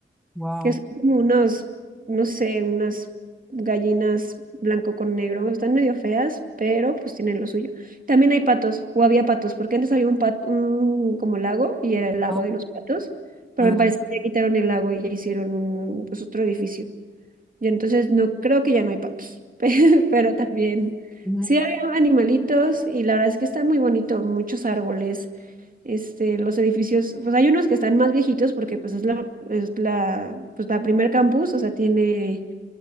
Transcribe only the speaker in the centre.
Wow.
Ah,
ah,
ujú,